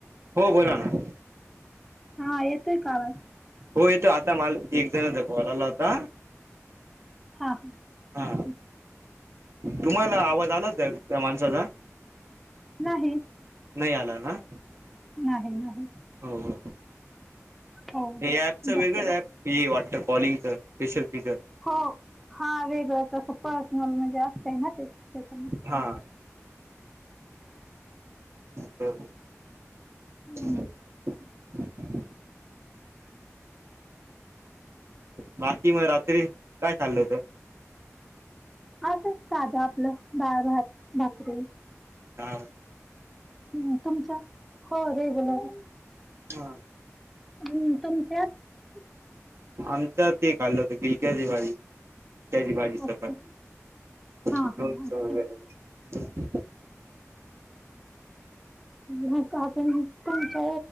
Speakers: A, on the right (about 55°); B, in the centre.
A: हो बोला ना
B: हा येत का आवाज
A: हो येतो आता मला एक जणचा कॉल आला आता
B: हा हा
A: हा
B: अच्छा
A: तुम्हाला आवाज आलाच दल का माणसाचा
B: नाही
A: नाही आला ना
B: नाही नाही
A: हो हो
B: हो
A: हे ऍपच वेगळं
B: जा
A: ऍप हे वाट कॉलिंगच स्पेशल फीचर
B: हो हा वेगळं तसं पन म्हणे जास्त आहे ना ते त्याच्यान्
A: हा बब <unintelligible>
B: हम्म.
A: बाकी मग रात्री काय चाललं होत?
B: असं साधा आपलं डाळभात भाकरी
A: ह
B: हम् तुमच्या हो रेगुलर
A: हा
B: हम् तुमच्यात
A: आमचा ते खल्लं होत पिलक्याची भाजी पिलक्याची भाजी चपाती
B: अच्छा. हा
A: लोनच
B: हा अच्छा.
A: वगैर
B: म अजून तुमच्या